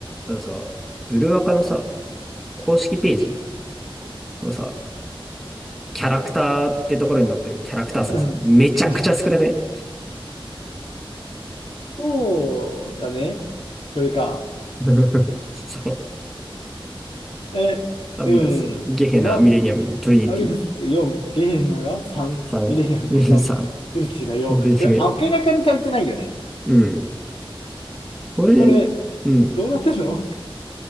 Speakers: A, in the centre; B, on the left.
A: あのさ、ブルアカのさ、公式ページ
B: うん、
A: のさ、キャラクターってところに載ってるキャラクター数さ、
B: うん、
A: めちゃくちゃ少なくね
B: うん。そうだね。これか。
A: <laughs> そう。
B: え、
A: アビダス、
B: うん。
A: ゲヘナ、
B: な、
A: ミレニアム、トリニティ、
B: アビドスク4、ゲイエルナが3、
A: サン、
B: ミレニアムが3、
A: <laughs> サン、
B: ツルティが4。
A: もうトリニティがよ。
B: これ明らかに足りてないよね。
A: うん。これ、
B: これ、
A: うん。
B: どうなってんの